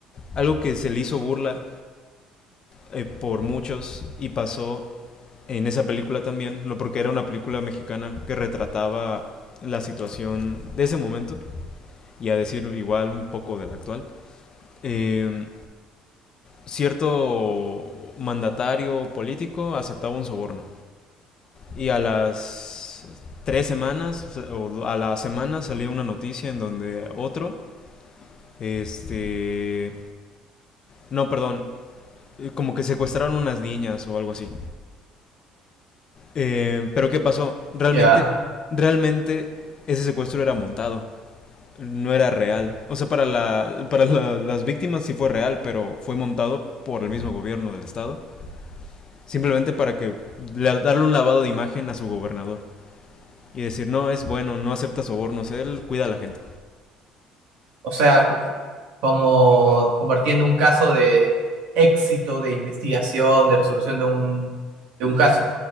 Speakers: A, on the left; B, on the right.
A: algo que se le hizo burla eh, por muchos y pasó en esa película también, no porque era una película mexicana que retrataba la situación de ese momento y a decir igual un poco del actual, eh, cierto mandatario político aceptaba un soborno y a las tres semanas o a la semana salía una noticia en donde otro, este, no, perdón, como que secuestraron unas niñas o algo así. Eh, pero ¿qué pasó? Realmente,
B: Ya,
A: realmente ese secuestro era montado. no era real. O sea, para, la, para la- las víctimas sí fue real, pero fue montado por el mismo gobierno del estado. Simplemente para que le- darle un lavado de imagen a su gobernador. Y decir, no, es bueno, no acepta sobornos, él cuida a la gente.
B: o sea, como compartiendo un caso de éxito de investigación, de resolución de un, de un caso.